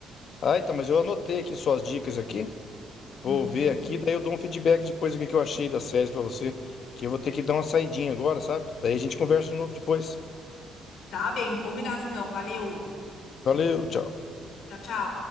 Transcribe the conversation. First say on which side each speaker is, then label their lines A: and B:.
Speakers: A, on the left; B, on the left.
A: Ah, então, mas eu anotei aqui suas dicas aqui.
B: Uhum.
A: Vou ver aqui, daí eu dou um feedback depois do que que eu achei da série pra você, que eu vou ter que dar uma saidinha agora, sabe? Daí a gente conversa de novo depois.
B: Tá bem, combinado então. Valeu.
A: Valeu, tchau.
B: Tchau, tchau.